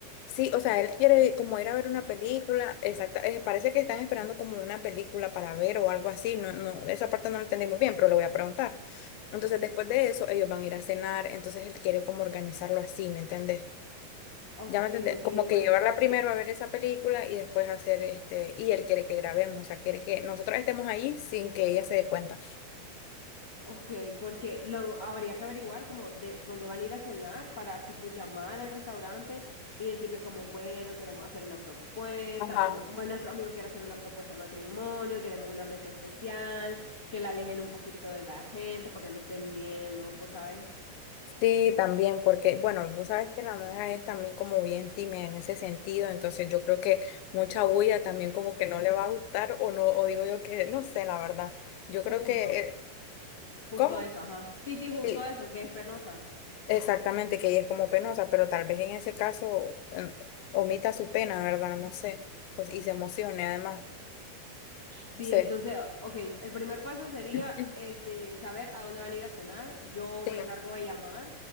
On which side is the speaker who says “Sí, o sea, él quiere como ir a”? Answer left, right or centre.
Left